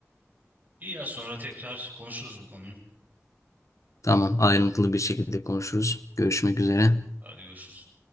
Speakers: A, on the right; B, on the left.
A: İyi ya sonra tekrar konuşuruz bu konuyu.
B: Tamam, ayrıntılı bir şekilde konuşuruz. Görüşmek üzere.
A: Hadi görüşürüz.